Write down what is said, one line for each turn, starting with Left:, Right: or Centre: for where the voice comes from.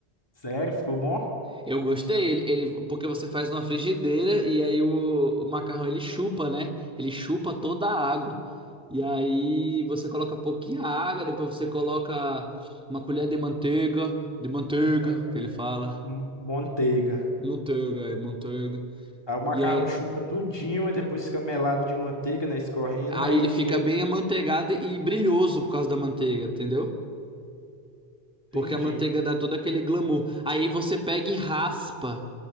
Left: Sério, ficou bom?
Centre: Eu gostei, ele, ele- porque você faz numa frigideira e aí o, o macarrão ele chupa, né? Ele chupa toda a água. E aí você coloca pouquinha água, depois você coloca uma colher de manteiga, de manteiga,
Left: É,
Centre: que ele fala.
Left: m- Manteiga.
Centre: Manteiga, é manteiga.
Left: Aí o macarrão
Centre: E aí,
Left: chupa tudinho, aí depois fica melado de manteiga, né? Escorrendo,
Centre: aí
Left: aí,
Centre: ele fica
Left: aí.
Centre: bem amanteigado e brilhoso por causa da manteiga, entendeu?
Left: Entendi.
Centre: Porque a manteiga dá todo aquele glamour. Aí você pega e raspa.